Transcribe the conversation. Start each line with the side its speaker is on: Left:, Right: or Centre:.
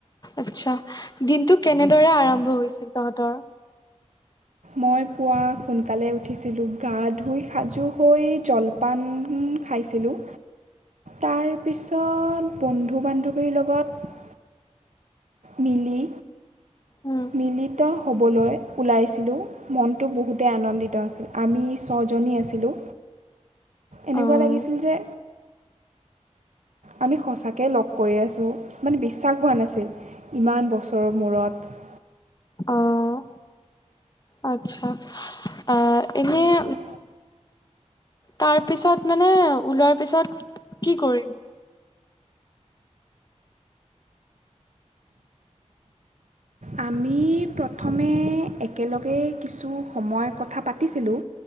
Left: আচ্ছা দিনটো কেনে ৰে আৰম্ভ হৈছিল তহঁতৰ
Right: মই পুৱা সোনকালে উঠিছিলোঁ গা ধুই সাজু হৈ জলপান খাইছিলোঁ তাৰপিছত বন্ধু বান্ধৱীৰ লগত মিলি
Left: উম,
Right: মিলিত হ'বলৈ ওলাইছিলোঁ মনটো বহুতেই আনন্দিত আছিল আমি ছজনী আছিলোঁ এনেকুৱা
Left: অ',
Right: লাগিছিল যে আমি সঁচাকেই লগ কৰি আছোঁ মানে বিশ্বাস হোৱা নাছিল ইমান বছৰৰ মূৰত
Left: অ' আচ্ছা আ এনেই
Right: এনেকুৱা
Left: তাৰ পিছত মানে ওলোৱাৰ পিছত কি কৰিম
Right: আমি প্ৰথমে একেলগে কিছু সময় কথা পাতিছিলোঁ